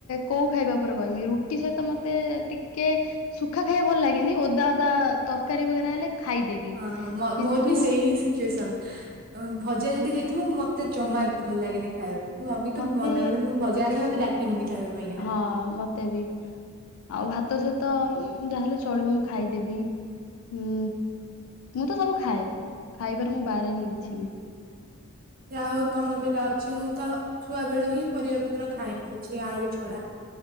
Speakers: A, on the left; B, on the right.
A: କୋଉ ଖାଇବା ପରେ କହମି ରୁଟି ସହିତ ମତେ ଟିକେ ସୁଖା ଖାଇବା ଭଲ ଲାଗେନି ଓଦା ଓଦା ତରକାରୀ ବଗେରା ହେଲେ ଖାଇଦେବି
B: ହଁ ମ
A: କିନ୍ତୁ
B: ମୋର ବି ସେଇ ସିଚୁଏସନ୍। ଭଜା ଯଦି ହେଇଥିବ ମତେ ଜମା ବି ଭଲ ଲାଗେନି। ଖାଇବା ପାଇଁଁ ମମି ତୁ
A: ମତେ
B: ମନା କର ଦେବି ମୁଁ କହିବି ଭଜାହେଲେ ମତେ ଡାକିବୁନି ଖାଇବା ପାଇଁକିନା।
A: ହ ମ ତ ବି ଆଉ ଭାତ ସହିତ ଯାହାହେଲେ ଚଳିବ ମୁଁ ଖାଇଦେବି। ହୁଁ ମୁଁ ତ ସବୁ ଖାଏ ଖାଇବାରେ ମୁଁ ବାାରେନି କିଛି ବି।
B: ଯା ହଉ ତମର ସେଟା ଅଛି ମୁଁ ତ ଛୁଆ ବେଳୁ ହିଁ ପରିବା ପତ୍ର ଖାଏନି କିଛି ଆଳୁ ଛଡା।